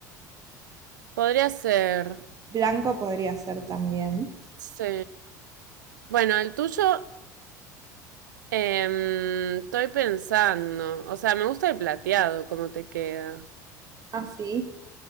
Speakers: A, on the right; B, on the right.
A: Podría ser.
B: Blanco podría ser también.
A: Sí. Bueno, el tuyo. em, estoy pensando. O sea, me gusta el plateado, como te queda.
B: ¿Así?